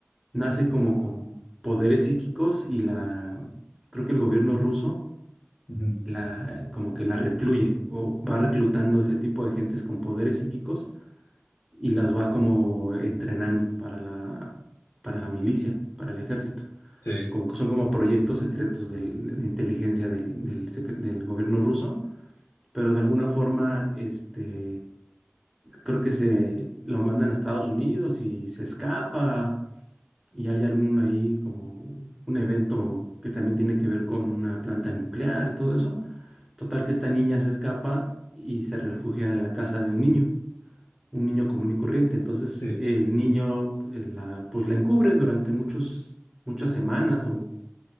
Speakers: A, in the centre; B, on the left.
A: nace como con poderes psíquicos y la, creo que el gobierno ruso
B: <laughs> Ujú.
A: la, como que la recluye o va reclutando ese tipo de gentes con poderes psíquicos y las va como entrenando para la, para la milicia, para el ejército
B: Sí,
A: como que son como proyectos secretos del- de inteligencia del, del sec- del gobierno ruso, pero de alguna forma, este, creo que se lo mandan a Estados Unidos y se escapa y hay algún ahí como un evento que también tiene que ver con una planta nuclear y todo eso. Total que esta niña se escapa y se refugia en la casa de un niño, un niño común y corriente. Entonces
B: sí.
A: el niño eh, la, pues la encubre durante muchos, muchas semanas o